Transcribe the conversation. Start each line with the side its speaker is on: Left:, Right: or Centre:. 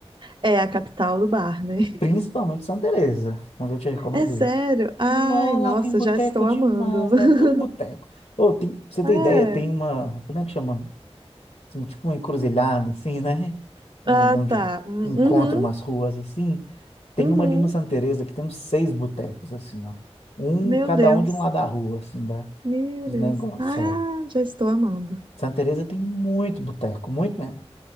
Right: É a capital do bar, né? <laughs>
Left: Principalmente Santa Teresa, onde eu te recomendei.
Right: É sério? Ai,
Left: Nó,
Right: nossa,
Left: lá tem boteco
Right: já estou
Left: demais,
Right: amando. <laughs>
Left: lá é tudo boteco. Ô, tem, pra você ter
Right: É.
Left: ideia, tem uma, como é que chama? Assim, Tipo uma encruzilhada, assim, né? Um,
Right: Ah,
Left: onde
Right: tá. Hum,
Left: encontra
Right: Uhum,
Left: umas ruas, assim. Tem
Right: uhum.
Left: uma ali no Santa Teresa que tem uns seis botecos, assim, ó. Um,
Right: Meu
Left: cada
Right: Deus.
Left: um de um lado da rua, assim, da,
Right: Meu
Left: dos
Right: Deus.
Left: negócios,
Right: Ah,
Left: é.
Right: já estou amando.
Left: Santa Teresa tem muito boteco, muito mesmo.